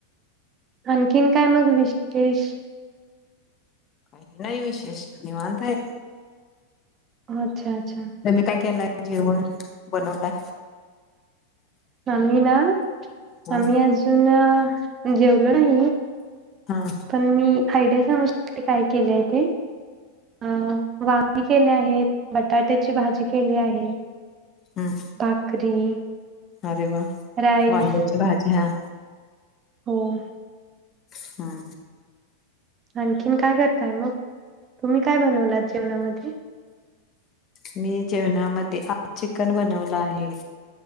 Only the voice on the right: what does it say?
आंणखीन कायं मंग विशेष डिश
अच्छा! अच्छा!
आम्ही ना,
आम्ही अजून जेवलो नाही.
पण मी आयडिया अनुसार ते काय केलंय ते. अ वांगी केले आहेत, बटाट्याची भाजी केली आहे.
भाकरी
राईस
हम्.
आणखीन काय करताय मग? तुम्ही काय बनवलात जेवणामध्ये?